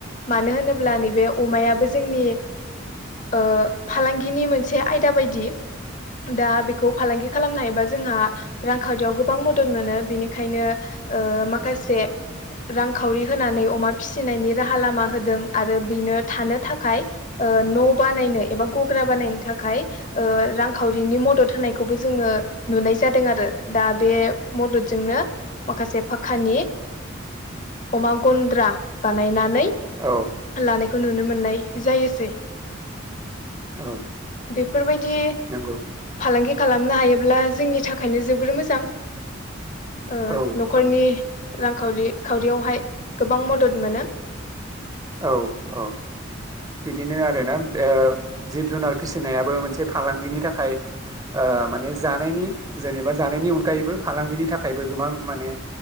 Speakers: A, on the left; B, on the right.
A: मानो होनोब्ला नैबे अमायाबो जोंनि ओ फालांगिनि मोन आयदा बायदि दा बेखौ फालांगि खालामनो हायोबा जोंहा रांखावरियाव गोबां मदद मोनो बिनिखायनो ओ माखासे रां खावरि होनानै अमा फिसिनायनि राहा लामा होदों आरो बेनो थानो थाखाय ओ न बानायनो एबा गग्रा बानायनो थाखाय ओ रांखावरिनि मदद होनाय । खौबो जोंङो नुनाय जादों आरो दा बे मददजोंनो माखासे फाखानि अमा गन्द्रा बानायनानै
B: औ
A: लानायखौ नुनो मोननाय जायोसै
B: औ
A: बेफोरबायदि
B: नंगौ
A: फालांगि खालामनो हायोब्ला जोंनि थाखायनो जोबोर मोजां ओ
B: औ
A: न'खरनि
B: औ
A: रांखावरि खावरियावहाय गोबां मदद मोनो
B: औ औ बिदिनो आरो ना ओ जिब जुनार फिसिनायाबो मोनसे फालांगिनि थाखाय । ओ माने जानायनि जेनेबा जानायनि अनगायैबो फालांगिनि थाखायबो गोबां माने